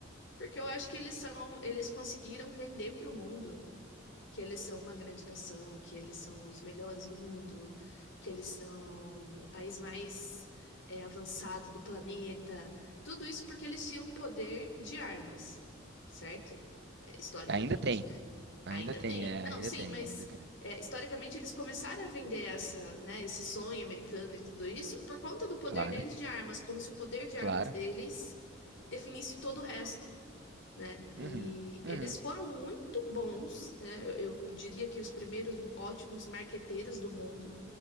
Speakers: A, on the left (about 65°); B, on the right (about 60°).
A: porque eu acho que eles são, eles conseguiram vender para o mundo que eles são uma grande nação, que eles são os melhores do mundo, que eles são o país mais é, avançado do planeta. Tudo isso porque eles tinham um poder de armas, certo? é, historicamente,
B: Ainda tem,
A: né?
B: ainda
A: Ainda
B: tem,
A: tem.
B: é,
A: Não,
B: ainda
A: sim,
B: tem,
A: mas
B: ainda tem.
A: é, historicamente eles começaram a vender essa, né, esse sonho americano e tudo isso por conta do poder
B: Claro,
A: deles de armas, como se o poder de
B: claro.
A: armas deles definisse todo o resto, né? E
B: Uhum, uhum.
A: eles foram muito bons, né? Eu, eu diria que os primeiros ótimos marqueteiros do mundo